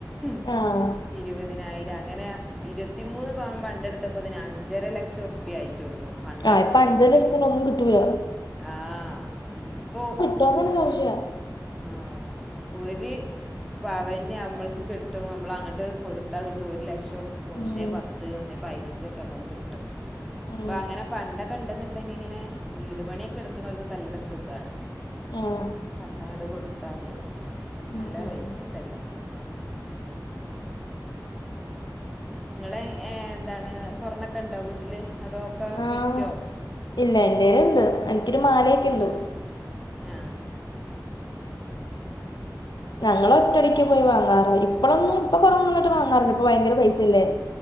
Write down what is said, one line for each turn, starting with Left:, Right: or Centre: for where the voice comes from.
Centre: ഉം
Left: ആഹ്
Centre: ഇരുപതിനായിരം അങ്ങനെ ഇരത്തിമൂന്ന് പവം പണ്ടെട്ത്തപ്പോത്തിന് അഞ്ച് ഞ്ചര ലക്ഷൊർപ്പ്യയിറ്റൊള്ളൂ പണ്ടട്ത്തപ്പോത്തിന്
Left: ആഹ് ഇപ്പൊ അഞ്ചു ലക്ഷത്തിന് ഒന്നും കിട്ടൂല
Centre: ആഹ് ഇപ്പോ
Left: പ്പങ്ങനെ സംശയ
Centre: ആഹ് പവന്ന് ഞമ്മൾക്ക് കിട്ടും ഞമ്മളങ്ങട്ട് കൊടുത്താ കിട്ടും ഒരു ലക്ഷം ഒന്നേപത്ത്
Left: ഉം
Centre: ഒന്നേപൈനഞ്ചെക്കെ മ്മക്ക് കിട്ടും.
Left: ഉം
Centre: പ്പങ്ങനെ പണ്ടൊക്കെണ്ടെന്നുണ്ടെങ്കിങ്ങനെ വീട് പണിയൊക്കെ എട്ക്ക് ണോൽക്കൊക്കെ നല്ല സുഖാണ്
Left: ആഹ്
Centre: ആണ്ട് കൊടുത്താല്
Left: ഉം
Centre: നല്ല
Left: ഉം
Centre: റേറ്റ്ണ്ടല്ലോ
Left: ഉം
Centre: ഇങ്ങളെ ഏഹ് ന്താണ് സ്വർണ്ണൊക്കെണ്ടോ വീട്ട്ല് അതോക്കെ
Left: ആഹ്
Centre: വിറ്റോ?
Left: ഇല്ല എന്റേലിണ്ട് എനിക്കൊരു മാലയെക്കെണ്ട്
Centre: ഉം. ആ
Left: ഞങ്ങൾ ഒറ്റയടിക്ക് പോയി വാങ്ങാറ് ഇപ്പോഴൊന്നും ഇപ്പൊഴൊന്നും കുറേ നാളായിട്ട് വാങ്ങാറില്ല ഇപ്പ ഭയങ്കര പൈസയല്ലേ